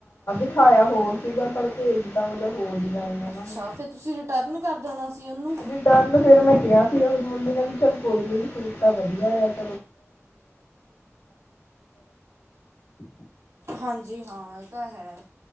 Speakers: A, on the left; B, on the right.
A: ਬਠਾਇਆ ਹੋਰ ਸੀਗਾ ਪਰ ਭੇਜ ਤਾਂ ਮਤਲਬ ਹੋਰ। ਡਿਜ਼ਾਇਨ ਉਹਨਾਂ
B: ਅੱਛਾ
A: ਨੇ
B: ਫਿਰ ਤੁਸੀਂ ਰਿਟਰਨ ਕਰ ਦੇਣਾ। ਸੀ ਉਹਨੂੰ
A: ਰਿਟਰਨ ਫੇਰ ਮੈਂ ਕਿਹਾ ਸੀਗਾ। ਮੰਮੀ ਕਹਿੰਦੀ ਚਲ ਕੋਈ ਨਹੀਂ ਸੂਟ ਤਾਂ ਵਧੀਆ ਹੈ <inaudible>
B: ਹਾਂਜੀ ਹਾਂ ਇਹ ਤਾਂ ਹੈ